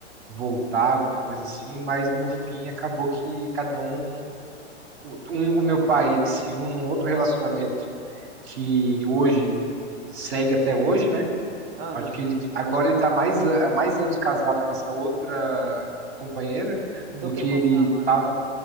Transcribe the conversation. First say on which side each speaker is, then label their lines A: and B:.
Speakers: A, on the right; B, on the right.
A: voltar, alguma coisa assim, mas no fim acabou que cada um. Um, o meu pai se uniu num outro relacionamento que hoje segue até hoje, né?
B: aham.
A: Acho que ele agora ele tá mais a- há mais anos casado com essa outra companheira do
B: Do
A: que
B: que
A: ele
B: com sua mãe,
A: estava.